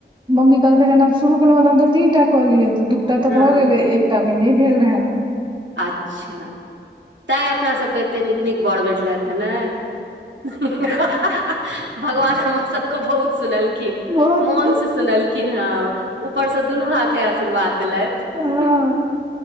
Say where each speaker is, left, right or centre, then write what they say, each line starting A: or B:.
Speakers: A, on the right; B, on the right.
A: मम्मी कहलकै जेनाब शुरू केलहुँ हेँ तऽ हम तऽ तीन टा कह लिय तऽ दू टा तऽ
B: हँ
A: भऽ गेलै एक टा मे नहि भेल रहै।
B: अच्छा तैं अपना सबके एते नीक नीक बड़ भेटलथि। नहि हँ-हँ-हँ-हँ-हँ भगवान हमर सबके बहुत सुनलखिन
A: बहुत
B: मौन से सुनलखिन ह ऊपर से दुनू हाथे आशीर्वाद देलथि।
A: हँ
B: <unintelligible> ह